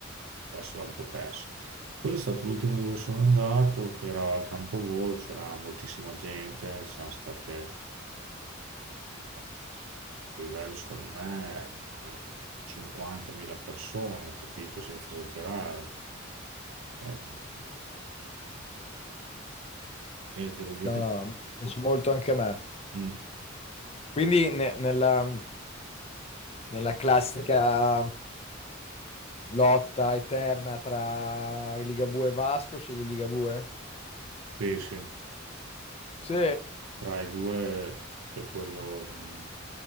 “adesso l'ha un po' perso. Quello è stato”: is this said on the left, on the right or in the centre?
Right